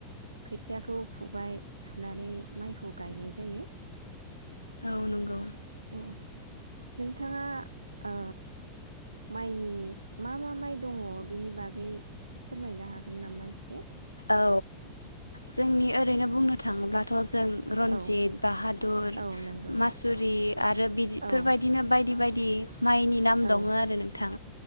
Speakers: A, on the right; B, on the left.
A: खोथियाखौ फुबाय फुनानै माइखौ गायनाय जायो।
B: औ नंगौ।
A: औ नोंथाङा ओ माइनि मा मा माइ दङ बेनि बागै फोरमायनो हागोन नामा एसे?
B: औ जोंनि ओरैनो बुंनो थाङोब्ला जों रनजित
A: औ
B: बाहादुर
A: औ नंगौ
B: मासुरि आरो बिदिफोरबादिनो
A: औ
B: बायदि बायदि <unintelligible> माइनि नाम
A: औ
B: दङो आरो नोंथां